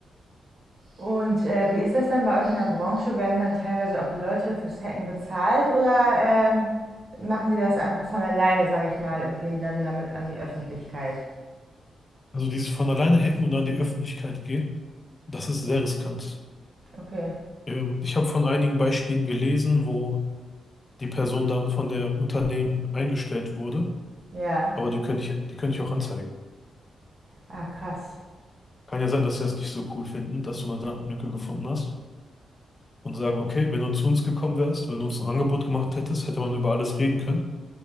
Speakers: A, on the right; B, on the left.
A: Und äh, wie ist das denn bei euch in der Branche? Werden dann teilweise auch Leute fürs Hacken bezahlt oder ähm, machen die das einfach von alleine, sage ich mal, und gehen dann damit an die Öffentlichkeit?
B: Also dieses von alleine hacken und an die Öffentlichkeit gehen, das ist sehr riskant.
A: Okay,
B: Ähm, ich habe von einigen Beispielen gelesen, wo die Person dann von dem Unternehmen eingestellt wurde,
A: ja.
B: aber die könnte ich, die könnte ich auch anzeigen.
A: Ah, krass.
B: Kann ja sein, dass sie es nicht so cool finden, dass du eine Datenlücke gefunden hast und sagen, okay, wenn du zu uns gekommen wärst, wenn du uns ein Angebot gemacht hättest, hätte man über alles reden können.